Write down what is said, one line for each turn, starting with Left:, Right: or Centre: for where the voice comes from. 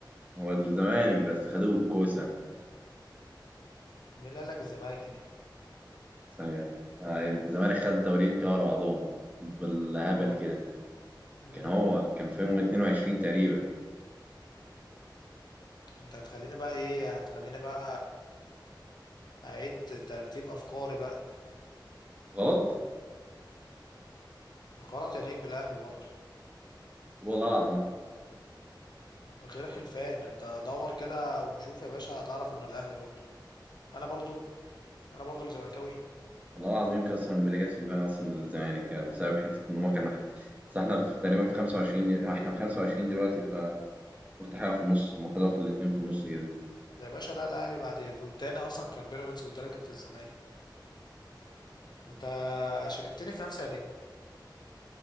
Right: هو الزمالك بس خدوه الكوسه
Left: ومين اللي قال لك الزمالك يا نجم
Right: ثانيه آه، الزمالك خد دورين كده ورا بعضهم بالهبل
Left: اه
Right: كده
Left: امم
Right: كان هو كان في يوم 22 تقريبا
Left: انت هتخليني بقى ايه هتخليني بقى اعيد ترتيب افكاري بقى
Right: غلط
Left: غلط يا نجم الاهلي برضو
Right: والله العظيم
Left: من غير حلفان انت دور كده وشوف يا باشا هتعرف انه الاهلي برضو انا برضو انا برضو اللي زملكاوي
Right: والله العظيم قسما بالله جت في دماغي اصلا الزمالك يعني بسبب حته ان هم كان بس احنا في تقريبا في 25 دي... احنا في 25 دلوقتي فقلت حاجه في النص هم خدوها في الاتنين في النص كده
Left: يا باشا لا الاهلي بعد فوتاني اصلا كان بيراميدز والتاني كنت الزمالك انت شككتني في نفسي يا نجم